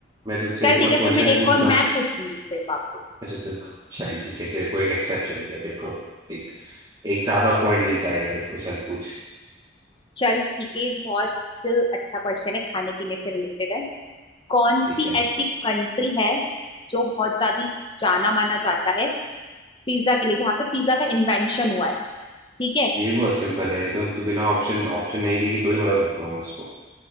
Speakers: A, on the right; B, on the left.
A: मैं तुझसे
B: चल
A: एक
B: ठीक
A: और
B: है
A: क्वेश्चन
B: फिर मैं एक
A: पूछता
B: और
A: हूँ
B: मैं पूछूंगी फिर वापस
A: अच्छा तो चल ठीक है तेरे को एक एक्सेप्शन दिया तेरे को एक एक ज्यादा पॉइंट मिल जाएगा तेरे को चल पूछ
B: चल ठीक है ये भी बहुत अच्छा क्वेश्चन है खाने पीने से रिलेटेड है कौन
A: ठीक
B: सी
A: है
B: ऐसी कंट्री है जो बहुत ज्यादा जाना माना जाता है पिज्जा के लिए जहाँ पे पिज्जा का इन्वेंशन हुआ है ठीक है
A: ये भी बहुत सिंपल है तो तू बिना ऑप्शन ऑप्शन नहीं देगी तो ही बता सकता हूँ मैं उसको